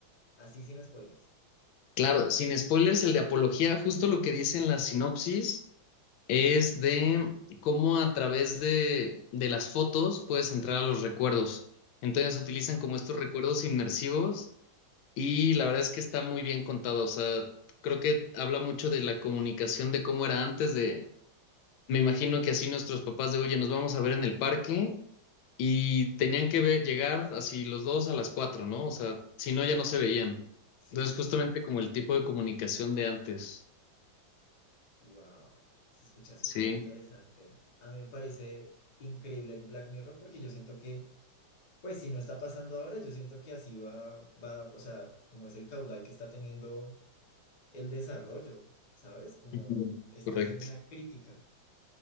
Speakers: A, on the left; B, on the left.
A: Así sin spoilers.
B: Claro, sin spoilers, el de Apología, justo lo que dice en la sinopsis es de cómo a través de, de las fotos puedes entrar a los recuerdos. Entonces utilizan
A: Wow.
B: como estos recuerdos inmersivos Y la verdad es que está muy bien contado, o sea, creo que habla mucho de la comunicación, de cómo era antes de, me imagino que así nuestros papás de, oye, nos vamos a ver en el parque y tenían que ver, llegar así los dos a las cuatro, ¿no? O sea, si no, ya no se veían.
A: Sí,
B: Entonces, justamente como el tipo de comunicación de antes.
A: wow. Se escucha súper
B: Sí,
A: interesante. A mí me parece increíble Black Mirror porque yo siento que Pues si no está pasando ahora, yo siento que así va, va, o sea, como es el caudal que está teniendo el desarrollo, ¿sabes? Como
B: Ujú.
A: es
B: correcto.
A: también una crítica.